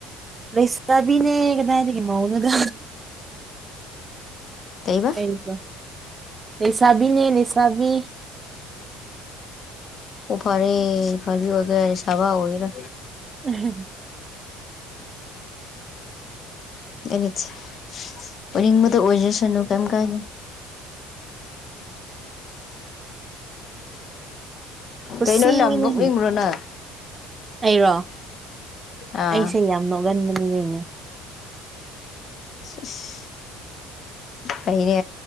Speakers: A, on the right; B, on the left.
A: ꯂꯩꯁꯥꯕꯤꯅꯦ ꯀꯗꯥꯏꯗꯒꯤ ꯃꯧꯅꯣꯗ
B: ꯀꯩꯕ
A: ꯑꯩꯀꯣ ꯂꯩꯁꯥꯕꯤꯅꯦ ꯂꯩꯁꯥꯕꯤ
B: ꯑꯣ ꯐꯔꯦ ꯐꯕꯤ ꯑꯣꯏꯒꯦꯔ ꯏꯟꯁꯥꯕ ꯑꯣꯏꯒꯦꯔ
A: <unintelligible>
B: ꯑꯦꯅꯤꯠꯁ ꯑꯣꯏꯅꯤꯡꯕꯗ ꯑꯣꯏꯖꯁꯅꯨ ꯀꯩꯝ ꯀꯥꯏꯅꯤ
A: ꯀꯨꯁꯤꯅꯤ
B: ꯀꯩꯅꯣ ꯌꯥꯝ ꯅꯣꯛꯅꯤꯡꯕ꯭ꯔꯣ ꯅꯪ
A: ꯑꯩꯔꯣ
B: ꯑꯥ
A: ꯑꯩꯁꯦ ꯌꯥꯝ ꯅꯣꯛꯒꯟꯕꯅꯤ ꯗꯨꯏꯅꯦ
B: ꯁꯦꯏꯁ ꯐꯩꯅꯦ